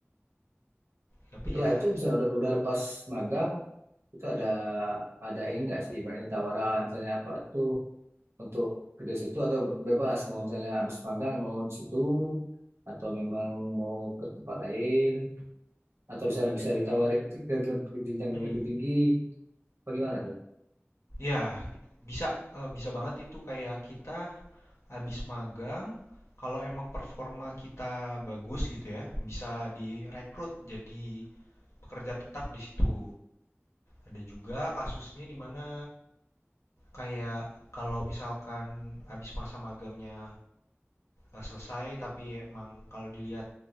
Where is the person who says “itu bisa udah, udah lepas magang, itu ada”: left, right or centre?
Right